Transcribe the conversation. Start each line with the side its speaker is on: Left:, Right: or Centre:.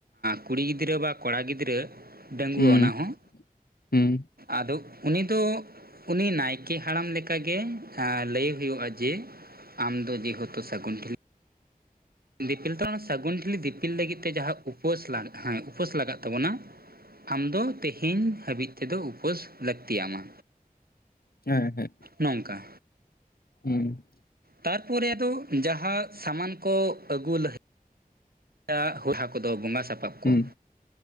Right: ᱠᱩᱲᱤ ᱜᱤᱫᱽᱨᱟᱹ ᱵᱟ ᱠᱚᱲᱟ ᱜᱤᱫᱽᱨᱟᱹ ᱰᱟᱹᱜᱩᱭᱣ
Left: ᱦᱩᱸ
Right: ᱚᱱᱟ
Left: ᱦᱮᱸ
Right: ᱦᱚᱸ
Left: ᱦᱩᱸ
Right: ᱟᱫᱚ ᱩᱱᱤ ᱫᱚ ᱩᱱᱤ ᱱᱟᱭᱠᱮ ᱦᱟᱲᱟᱢ ᱞᱮᱠᱟᱜ ᱜᱮ ᱟᱸ ᱞᱟᱹᱭ ᱦᱩᱭᱩᱜᱼᱟ ᱡᱮ ᱟᱢ ᱫᱚ ᱡᱮᱦᱮᱛᱩ ᱥᱟᱹᱜᱩᱱ ᱴᱷᱤᱞᱹ ᱫᱤᱯᱤᱞ ᱫᱚ ᱚᱱᱟ ᱥᱟᱹᱜᱩᱱ ᱴᱷᱤᱞᱤ ᱫᱤᱯᱤᱞ ᱞᱟᱹᱜᱤᱫ ᱛᱮ ᱡᱟᱦᱟᱸ ᱩᱯᱟᱹᱥ ᱞᱟᱜ ᱦᱮᱸ ᱩᱯᱟᱹᱥ ᱞᱟᱜᱟᱜ ᱛᱟᱵᱚᱱᱟ ᱟᱢ ᱫᱚ ᱛᱮᱦᱮᱧ ᱦᱟᱹᱵᱤᱡ ᱛᱮᱫᱚ ᱩᱯᱟᱹᱥ ᱞᱟᱹᱠᱛᱤ ᱟᱢᱟ
Left: ᱦᱮᱸ ᱦᱮᱸ
Right: ᱱᱚᱝᱠᱟ
Left: ᱦᱩᱸ
Right: ᱛᱟᱨᱯᱚᱨᱮ ᱫᱚ ᱡᱟᱦᱟᱸ ᱥᱟᱢᱟᱱ ᱠᱚ ᱟᱹᱜᱩ ᱞᱟ. ᱦ ᱭᱟ.... ᱦᱚᱭᱦᱟ ᱠᱚ ᱫᱚ ᱵᱚᱸᱜᱟ ᱥᱟᱯᱟᱵ ᱠᱚ
Left: ᱦᱩᱸ